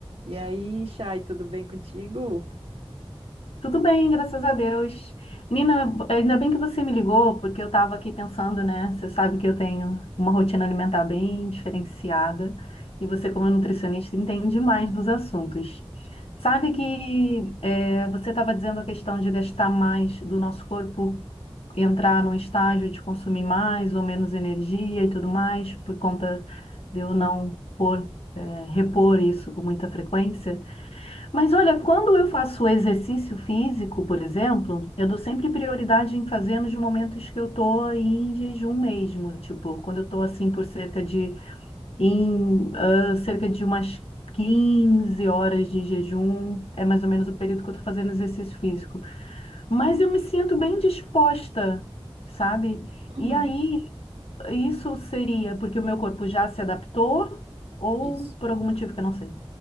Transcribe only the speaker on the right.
E aí, Chay, tudo bem contigo?
Uhum,
isso,